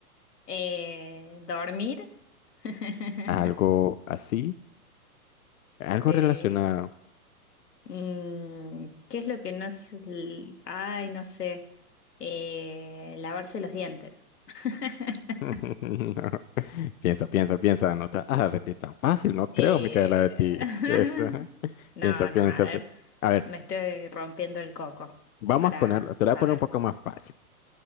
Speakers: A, on the left; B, on the left.
A: Eh, dormir. <laughs>
B: Algo así, algo
A: Eh,
B: relacionado.
A: mm, ¿qué es lo que no es? l- Ay, no sé. Eh, lavarse los dientes. <laughs>
B: <laughs> Piensa, piensa, piensa, anota. Ah, rendí tan fácil, no creo,
A: Eh,
B: Micaela, de ti.
A: <laughs>
B: <laughs> Eso. ajá.
A: No,
B: Piensa, piensa.
A: no, a ver.
B: pi- A ver,
A: Me estoy rompiendo el coco
B: vamos
A: para
B: a ponerlo, te
A: saber.
B: lo voy a poner un poco más fácil.